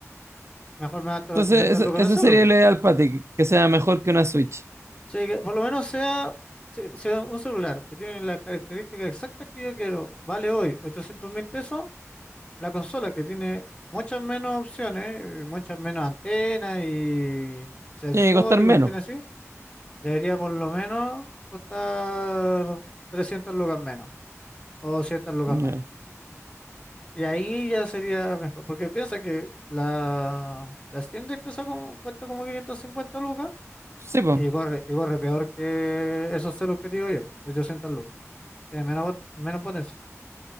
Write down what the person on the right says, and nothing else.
Entonces,
eso,
eso
sería el ideal para ti, que sea mejor que una Switch.
Tiene que costar menos.
Ya.
Sí, pues.